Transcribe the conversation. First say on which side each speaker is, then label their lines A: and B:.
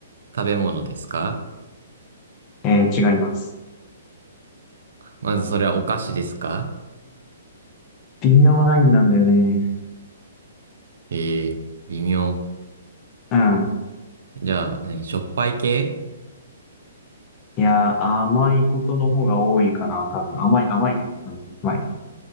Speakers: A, on the right (about 70°); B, on the left (about 20°).
A: 食べ物ですか
B: えー、違います。
A: まずそれはお菓子ですか
B: 微妙なラインなんだよね。
A: ええ微妙。
B: うん。
A: じゃあ、何しょっぱい系
B: いやー、甘いことの方が多いかな、多分。甘い、甘いね。うん、甘い。